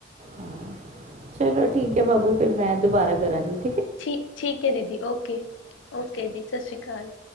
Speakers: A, on the right; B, on the left.
A: ਹਾਂ ਚਲੋ ਠੀਕ ਹੈ ਬਾਬੂ ਫਿਰ ਮੈਂ ਦੁਬਾਰਾ ਕਰਾਂਗੀ।
B: ਠੀਕ ਠੀਕ ਹੈ ਦੀਦੀ, ਓਕੇ ਓਕੇ ਜੀ ਸਤਿ ਸ੍ਰੀ ਅਕਾਲ।